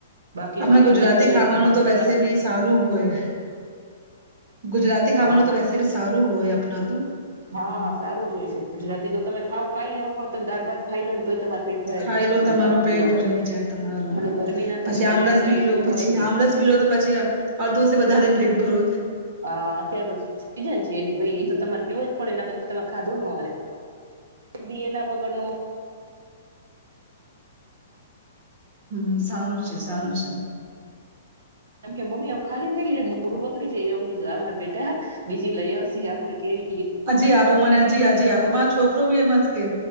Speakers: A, on the right; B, on the right.
A: બાકી
B: આપણા
A: જો તમે
B: ગુજરાતી
A: અત્યારે
B: ખાવાનું
A: ધ્યાન
B: તો
A: ન
B: વૈસે
A: રાખો
B: બી
A: તો
B: <unintelligible> ગુજરાતી ખાવાનું
A: હા
B: તો વેસેસા ભ સારું હોય. આપણા તો.
A: હા
B: પણ
A: સારું જ હોય છે ગુજરાતી તો તમે ખાવ કઈ નાખો. દરબાર ખાઈ લો તો તમારે. પેટ ભરાય
B: ખાઈ લો તમારો
A: ખાવા
B: પેટ
A: પીવા
B: ભરાઈ જાય તમાર,
A: અને ગરમી ના તો
B: પછી
A: બને
B: આમળસ
A: ને ત્યાં
B: પી
A: સુધી
B: લો પછી
A: ખવાય જ નહી
B: આમળસ પી લો તો પછી અડધોસે વધારે ભેટ. બરો
A: હા અત્યારે તો સીજન છે એ ભાઈ એ તો તમારે પીવો જ પડે. તમે ખાધુ નો હાલે દી એના વગડનો
B: હમ્મ. સારું છે, સારું છે.
A: કાણ કે મમ્મીઓ ખાલી થઈ ગઈ એટલે મોઢું બગડી જાય ઓ <unintelligible> બેટા બીજી લઈ આવશું આપડે ઈ કે
B: હજી આપો મને હજી હજી આપો. મા છોકરો બી એમ જ કે